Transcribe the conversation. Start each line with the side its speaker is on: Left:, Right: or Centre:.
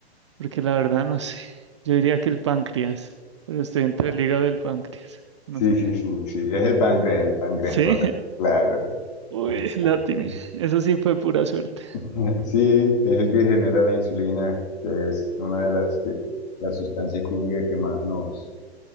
Right: porque la verdad no sé. Yo diría que el páncreas, pero estoy entre el hígado y el páncreas. No
Left: Sí,
Right: sé.
Left: sí, sí, sí, es el páncreas, el páncreas,
Right: ¿Sí?
Left: correcto.
Right: <laughs>
Left: Claro.
Right: Uy,
Left: Sí,
Right: la
Left: páncreas.
Right: tiene. Eso sí fue pura suerte.
Left: <laughs> Sí, es el que genera la insulina, que es una de las, que- las sustancias químicas que más nos,